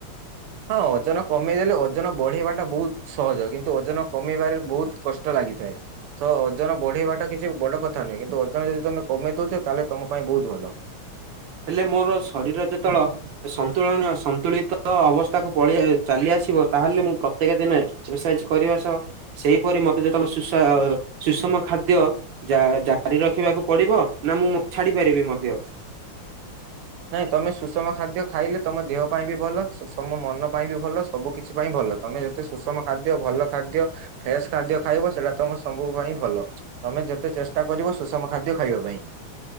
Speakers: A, on the right; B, on the right.
A: ହଁ ଓଜନ କମେଇଦେଲେ ଓଜନ ବଢେଇବା ଟା ବହୁତ ସହଜ କିନ୍ତୁ ଓଜନ କମେଇବାରେ ବହୁତ କଷ୍ଟ ଲାଗିଥାଏ। ତ ଓଜନ ବଢେଇବାଟା କିଛି ବଡ କଥା ନୁହେଁ। କିନ୍ତୁ ଓଜନ ଯଦି ତମେ କମେଇ ଦଉଛ ତାହେଲେ ତମ ପାଇଁ ବହୁତ ଭଲ।
B: ହେଲେ ମୋର ଶରୀର ଯେତେବେଳ ସନ୍ତୁଳନ ସନ୍ତୁଳିତ ଅବସ୍ଥାକୁ ପଳ ଚାଲି ଆସିବ ତାହେଲେ ମୁଁ ପ୍ରତ୍ୟେକ ଦିନେ ଏକ୍ସରସାଇଜ଼ଏ କରିବା ସହ ସେଇପରି ମତେ ଯେତେ ସୁଷମ ଖାଦ୍ୟ ଯା ଜାରି ରଖିବାକୁ ପଡିବ ନା ମୁଁ ଛାଡି ପାରିବି ମଧ୍ୟ।
A: ନାଇଁ ତମେ ସୁଷମ ଖାଦ୍ୟ ଖାଇଲେ ତମ ଦେହ ପାଇଁ ବି ଭଲ। ସୁଷମ ମନ ପାଇଁ ବି ଭଲ ସବୁ କିଛି ପାଇଁ ଭଲ ତମେ ଯେତେ ସୁଷମ ଖାଦ୍ୟ ଭଲ ଖାଦ୍ୟ ଫ୍ରେସ୍ ଖାଦ୍ୟ ଖାଇବ ସେଇଟା ତମ ସବୁ ପାଇଁ ଭଲ ତମେ ଯେତେ ଚେଷ୍ଟା କରିବ ସୁଷମ ଖାଦ୍ୟ ଖାଇବା ପାଇଁ